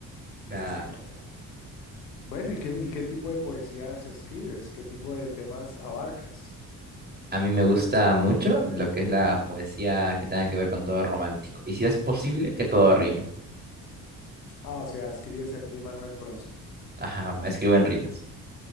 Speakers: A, on the right (about 20°); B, on the left (about 80°).
A: Claro.
B: eso es importante. Bueno, ¿y qué, y qué tipo de poesías escribes? ¿Qué tipo de temas abarcas?
A: A mí me gusta mucho lo que es la poesía que tenga que ver con todo romántico. Y si es posible, que todo rime.
B: Ah, o sea, escribes en rima, no en prosa.
A: Ajá, me escribo en rimas.